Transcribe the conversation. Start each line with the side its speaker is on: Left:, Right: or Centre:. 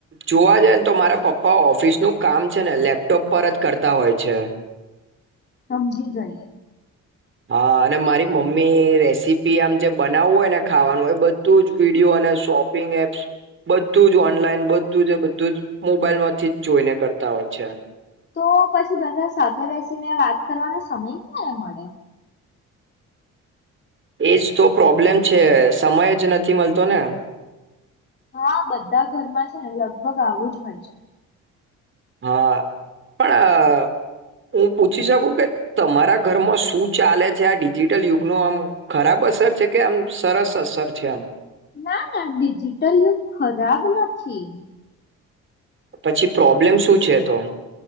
Right: જોવા જઈ ને તો મારા પપ્પા ઓફિસનું કામ છે ને લેપટોપ પર જ કરતા હોય છે
Left: સમજીી ગઈ
Right: હા અને મારી મમ્મી રેસીપી આમ જે બનાવવું હોય ને ખાવાનું એ બધું જ વિડીિયો અને શોપિંગ એપ્સ બધું જ ઓનલાઈન બધું જ બધું જ મોબાઈલમાંથી જ જોઈને કરતા હોય છે
Left: તો પછી બધા સાથે બેસીને વાત કરવાનો સમય ક્યારે મળે
Right: એજ તો પ્રોબ્લેમ છે સમય જ નથી મળતો ને
Left: હા બધા ઘરમાં છે ને લગભગ આવું જ હોય છે
Right: હા પણ હું પૂછી શકું કે તમારા ઘરમાં શું ચાલે છે આ ડિજિટલ યુગનો આમ ખરાબ અસર છે કે આમ સરસ અસર છે આમ
Left: ના ના ડિજિટલ યુગ ખરાબ નથી
Right: પછી પ્રોબ્લેમ શું છે તો